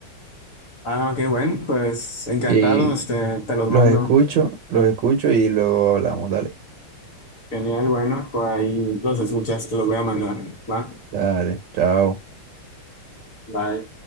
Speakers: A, on the left; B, on the right.
A: Ah, ok, bueno, pues encantado,
B: Y
A: este, te los
B: los
A: mando.
B: escucho, los escucho y luego hablamos. Dale,
A: <laughs> Genial, bueno, pues ahí los escuchas, te los voy a mandar. Va,
B: dale, chao.
A: bye.